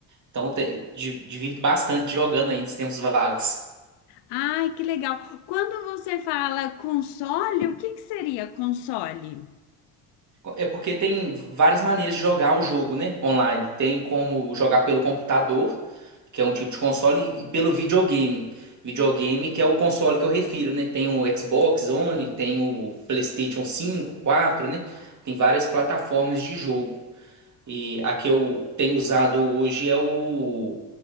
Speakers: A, on the right; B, on the left.
A: Então, eu te- di- divirto bastante jogando aí nos tempos vagos.
B: Ai, que legal. Quando você fala console, o que que seria console?
A: É porque tem várias maneiras de jogar o jogo, né? Online. Tem como jogar pelo computador, que é um tipo de console, e pelo videogame. Videogame, que é o console que eu refiro, né? Tem o Xbox One, tem o PlayStation cinco, 4, né? Tem várias plataformas de jogo. E a que eu tenho usado hoje é o,